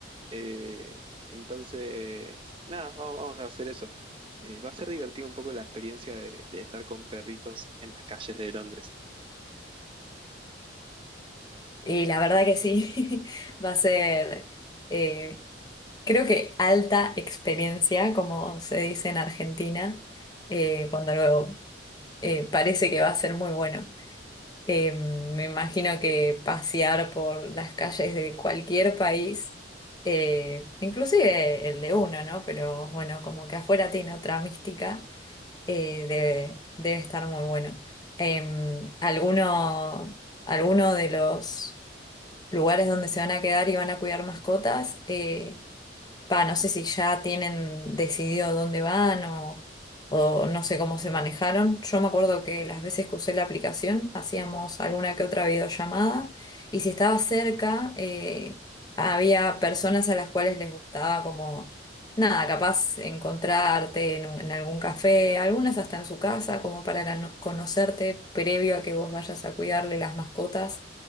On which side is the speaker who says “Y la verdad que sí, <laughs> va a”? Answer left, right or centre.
Left